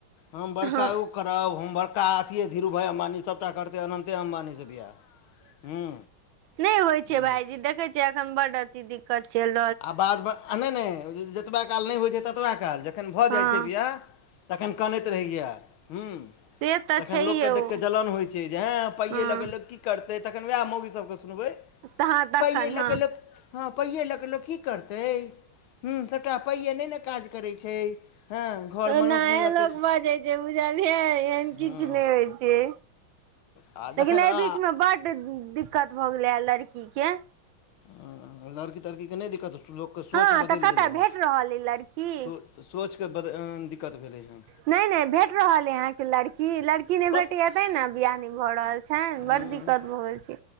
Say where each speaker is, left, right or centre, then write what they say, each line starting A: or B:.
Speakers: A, on the left (about 85°); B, on the right (about 75°).
A: हम बड़का
B: हँ
A: ओ करब हम बड़का अथिए धीरु भाई अम्बानी सबटा करतै अनन्त- ते अय अम्बानीसँ बियाह हूँ।
B: नै होय छै
A: हूँ
B: भायजी देखै छियै एखन बड अथी दिक्कत चैल-
A: आ बादमे आ नै नै जतबा काल नै होइ छै ततबा काल जखन भऽ
B: हँ
A: जाइ छै बियाह- तखन कनैत रहैया हूँ।
B: से तऽ
A: तखन
B: छैहे
A: लोक के
B: ओ
A: देख कऽ जलन होइ छै जे हँए पाइए
B: हँ
A: लऽ कऽ लोक की करतै तखन वएह मौगी सबके सुनबै-
B: हँ तखन
A: पाइए
B: हँ।
A: लऽ कऽ लोक हँ पाइए लऽ कऽ लोक की करतै। हूँ सबटा पाइए नै -नऽ काज करै छै हँ। घर
B: तेनाहे
A: मनुख नहि रहतै
B: लोक बजै छै बुझलियै एहन
A: हूँ
B: किछ नै होइ छै।
A: आ जखन
B: लेकिन
A: आ
B: एय बीचमे बड्ड दिक्कत भऽ गेलै हेँं लड़कीके-
A: हँ लड़की तड़की के नै दिक्कत लोक के सोच
B: हँ
A: बदैल
B: तऽ कतऽ
A: गेलै हेँ
B: भेट रहल अइ लड़की
A: सो सोचके बद-दिक्कत भेलै। हँ
B: नैय- नैय भेट रहल अइ आहाँके लड़ की लड़की नै
A: कत
B: भेटै या तैने बियाह नै भऽ रहल छैन
A: हँ
B: बड़ दिक्कत भऽ गेल छै।